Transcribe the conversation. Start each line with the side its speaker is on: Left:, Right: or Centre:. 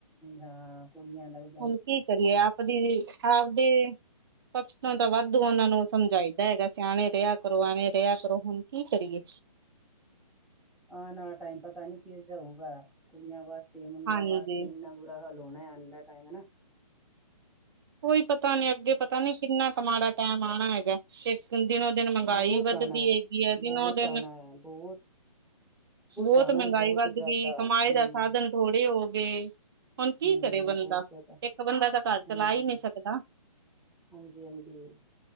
Centre: ਹਾਂ ਕੁੜੀਆਂ ਦਾ ਵੀ
Right: ਹੁਣ ਕੀ ਕਰੀਏ ਆਪਦੀ ਆਪਦੇ ਪਕਸ਼ ਤਾਂ ਵਾਧੂ ਉਹਨਾਂ ਨੂੰ ਸਮਝਾਈਦਾ ਹੈਗਾ ਸਿਆਣੇ ਰਿਹਾ ਕਰੋ ਐਵੇਂ ਰਿਹਾ ਕਰੋ ਹੁਣ ਕੀ ਕਰੀਏ
Centre: ਆ ਨਾ ਟਾਈਮ ਪਤਾ ਨੀ ਕਿ ਜਾਊਗਾ ਕੁੜੀਆਂ ਵਾਸਤੇ ਮੁੰਡਿਆਂ
Right: ਹਾਂਜੀ
Centre: ਵਾਸਤੇ ਇੰਨਾ ਲੋਣਾ ਆ ਦਾ ਟਾਈਮ ਹਨਾ
Right: ਕੋਈ ਪਤਾ ਨੀ ਅੱਗੇ ਪਤਾ ਨੀ ਕਿੰਨਾ ਕੁ ਮਾੜਾ ਟੈਮ ਆਉਣਾ ਹੈਗਾ ਤੇ ਦਿਨੋ ਦਿਨ ਮਹਿੰਗਾਈ
Centre: ਬਹੁਤ
Right: ਵੱਧਦੀ
Centre: ਆਉਣਾ
Right: ਹੈਗੀ ਹੈ ਜਨੋ
Centre: ਬਹੁਤ
Right: ਦਿਨ
Centre: ਆਉਣਾ ਹੈ ਬਹੁਤ
Right: ਬਹੁਤ
Centre: ਆਣਾ
Right: ਮਹਿੰਗਾਈ
Centre: ਬਹੁਤ
Right: ਵੱਧ
Centre: ਜ਼ਿਆਦਾ
Right: ਗਈ ਕਮਾਈ
Centre: ਹੂੰ
Right: ਦਾ ਸਾਧਨ ਥੋੜੇ ਹੋ ਗਏ ਹੁਣ ਕੀ
Centre: ਹੂੰ
Right: ਕਰੇ ਬੰਦਾ
Centre: ਬਹੁਤ ਜ਼ਿਆਦਾ
Right: ਇੱਕ ਬੰਦਾ ਤਾਂ ਕਰਰ
Centre: ਹਾਂਜੀ
Right: ਆ ਹੀ ਨਹੀਂ ਸਕਦਾ
Centre: ਹਾਂਜੀ ਹਾਂਜੀ